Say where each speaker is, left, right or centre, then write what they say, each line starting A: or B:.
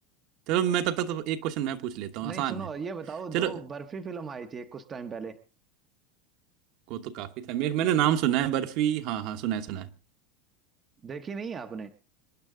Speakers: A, on the right; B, on the right.
A: चलो मैं तब तक तो एक क्वेश्चन मैं पूछ लेता हूँ
B: नहीं
A: आसान
B: सुनो
A: है
B: ये बताओ
A: चलो
B: जो बर्फी फिल्म आई थी कुछ टाइम पहले
A: वो तो काफी था मेरे मैंने नाम सुना है बर्फी हाँ हाँ सुना है सुना है
B: देखी नहीं है आपने